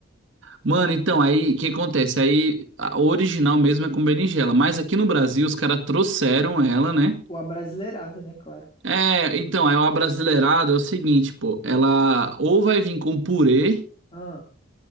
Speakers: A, on the right; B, on the left.
A: Mano, então, aí, o que acontece? Aí, a original mesmo é com berinjela, mas aqui no Brasil os caras trouxeram ela, né?
B: Ou abrasileirado, né? Claro.
A: É, então, aí o abrasileirado é o seguinte, pô, ela ou vai vir com purê,
B: Ah,